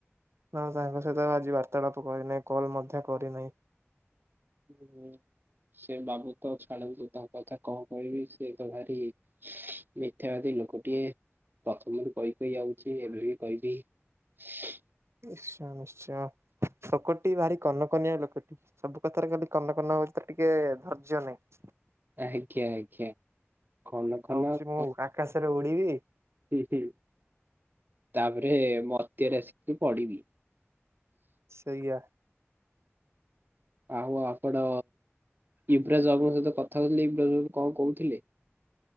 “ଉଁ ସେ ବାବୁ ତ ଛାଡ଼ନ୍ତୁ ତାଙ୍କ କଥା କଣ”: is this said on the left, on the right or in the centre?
Right